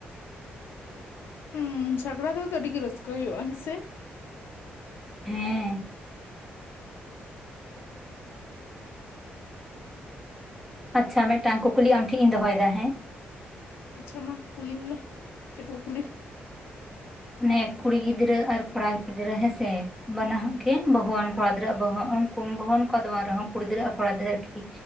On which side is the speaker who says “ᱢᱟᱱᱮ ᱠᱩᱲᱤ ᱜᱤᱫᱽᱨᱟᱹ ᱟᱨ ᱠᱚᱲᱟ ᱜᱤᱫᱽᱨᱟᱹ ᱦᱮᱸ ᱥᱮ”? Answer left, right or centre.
Centre